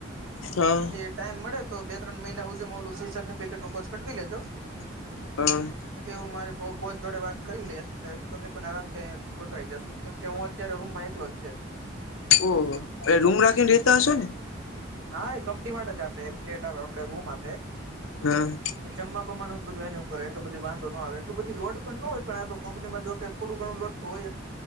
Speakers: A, on the left; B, on the right.
A: હા
B: પછી. ટાઈમ મળે તો બે-ત્રણ મહિના, હું ઓલું સર્ટિફિકટ નો કોર્સ કરી લો.
A: હા <unintelligible>
B: પછી હું મારી બોધ જોડે વાત કરી લઈશ, એટલે તમે પણ આરામ થઈ. ગોઠવાઈ જશો, કેમ કે હું અત્યારે રૂમ માં એકલો જ છે.
A: ઓહ, રૂમ રાખીને રેહેતા હસો ને?
B: હા, એ કંપની માટે જ આપે. એક ફ્લેટ આપે, આપણે રૂમ આપે.
A: હા <unintelligible>
B: જમવા બમમાવાનું બધું એ ઉપર એટલો બધું વાંધો આવે એટલું બધી લો પણ ન હોય, પણ આ તો કંપમાં જો કે થોડું ઘણું લોડ. તોય.